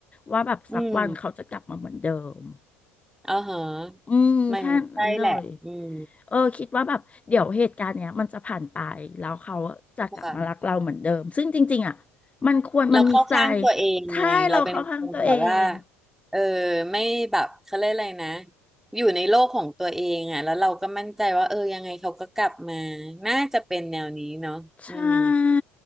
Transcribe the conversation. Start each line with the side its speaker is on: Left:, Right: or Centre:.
Left: ว่าแบบสักวันเขาจะกลับมาเหมือนเดิม
Centre: อืมอ๋อเหรอ
Left: อืมแค่นั้นเลย
Centre: มันใช่แหละอืม
Left: เออคิดว่าแบบเดี๋ยวเหตุการณ์เนี้ยมันจะผ่านไปแล้วเขาจะกลับมารักเราเหมือนเดิมซึ่งจริงๆอ่ะ
Centre: ค่ะ
Left: มันควรมันมีทราย
Centre: เราเข้าข้างตัวเองไงเราเป็นคนแบบว่า
Left: ถ้าให้เราเข้าข้างตัวเอง
Centre: เออไม่แบบเขาเรียกอะไรนะอยู่ในโลกของตัวเองอ่ะแล้วเราก็มั่นใจว่าเออยังไงเขาก็กลับมาน่าจะเป็นแนวนี้เนาะอืม
Left: ใช่